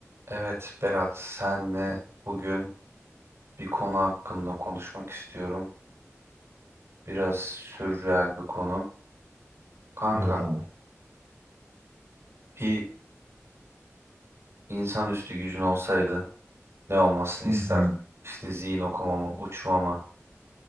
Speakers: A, on the right; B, on the right.
A: Evet Berat, senle bugün bir konu hakkında konuşmak istiyorum. Biraz sürreel bir konu. Kanka,
B: Evet abi.
A: bir insanüstü gücün olsaydı ne olmasını isterdin?
B: Hı hı.
A: İşte zihin okuma mı, uçma mı,